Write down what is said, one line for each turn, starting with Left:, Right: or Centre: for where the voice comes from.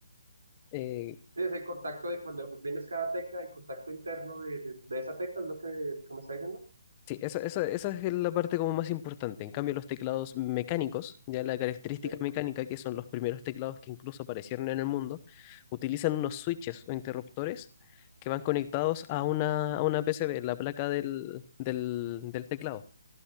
Left: Eh,
Right: Sí, es el contacto de cuando oprimes cada tecla, el contacto interno de, de- de esa tecla, es lo que, que me está diciendo.
Left: sí, esa, esa- esa es la parte como más importante. En cambio, los teclados mecánicos, ya la característica
Right: Sí.
Left: mecánica que son los primeros teclados que incluso aparecieron en el mundo, utilizan unos switches o interruptores que van conectados a una, a una PCB, la placa del, del del teclado.